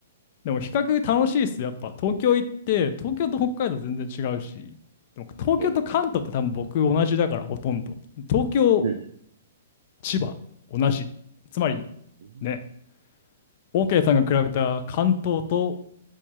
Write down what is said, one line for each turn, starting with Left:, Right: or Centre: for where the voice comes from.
Left: でも比較楽しいっす。やっぱ東京行って、東京と北海道全然違うし、でも東京と関東って多分僕同じだからほとんど。
Right: ええ、
Left: 東京、
Right: うん
Left: 千葉、同じ。つまり、
Right: うん。
Left: ね、OK さんが比べた関東と